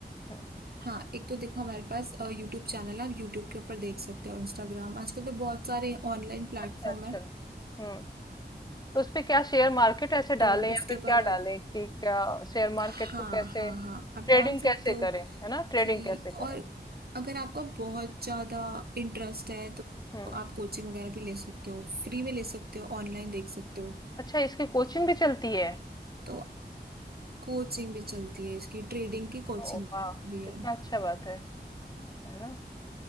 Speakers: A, on the left; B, on the right.
A: हम्म,
B: हाँ एक तो देखो हमारे पास यूट्यूब चैनल है आप यूट्यूब के ऊपर देख सकते हो इंस्टाग्राम आजकल तो बहुत सारे ऑनलाइन प्लेटफॉर्म
A: अच्छा अच्छा
B: है
A: हम्म तो उसपे क्या शेयर मार्केट ऐसे
B: तो
A: डाले या
B: उसके
A: फिर
B: ऊपर
A: क्या डाले कि क्या शेयर मार्केट
B: हाँ
A: को कैसे
B: हाँ हाँ आप
A: ट्रेडिंग
B: डाल सकते
A: कैसे
B: हो
A: करें है ना ट्रेडिंग
B: कि
A: कैसे करें
B: और अगर आपका बहुत ज्यादा इंटरेस्ट है तो
A: हम्म
B: आप कोचिंग वगैरह भी ले सकते हो फ्री में ले सकते हो ऑनलाइन देख सकते हो
A: अच्छा इसकी कोचिंग भी चलती है
B: तो कोचिंग भी चलती है इसकी ट्रेडिंग की कोचिंग
A: ओ वाह
B: भी
A: कितना
B: है
A: अच्छा बात है है ना